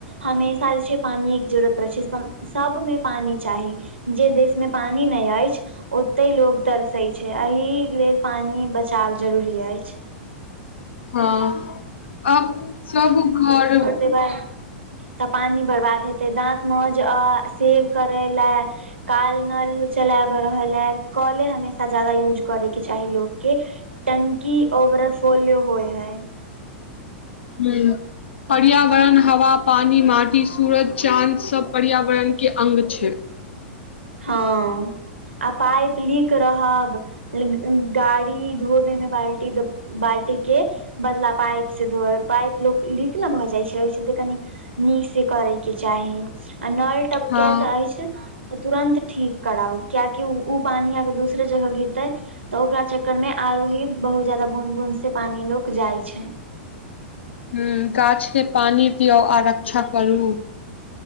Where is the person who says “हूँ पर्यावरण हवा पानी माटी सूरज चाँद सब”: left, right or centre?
Left